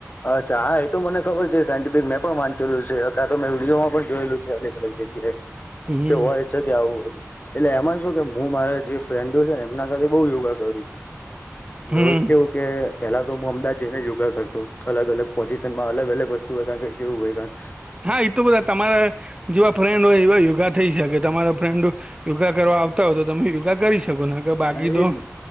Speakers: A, on the left; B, on the right.
A: અચ્છા હાં એ તો મને ખબર છે સાયન્ટિફિક મેં પણ વાંચેલું છે કાં તો મેં વિડીયો માં પણ જોયેલું છે હરે રેક જગ્યાએ
B: હમ
A: કે હોય છે કે આવું હોય એટલે એમાં શું કે હું મારા જે ફ્રેન્ડો છે ને એમના સાથે બઉ યોગા કરું છું
B: હમ
A: રોજ કેવું કે પેલા તો હું અમદાવાદ જઈને યોગા કરતો અલગ અલગ પોઝિશનમાં અલગ અલગ વસ્તુ હોય કાણ કે જેવું હોય કાણ
B: હા એ તો બધા તમારા જેવા ફ્રેન્ડ હોય એવા યોગા થઈ શકે તમારા ફ્રેન્ડ યોગા કરવા આવતા હોય તો તમે યોગા કરી શકો ને બાકી
A: હા એ
B: તો
A: જ ને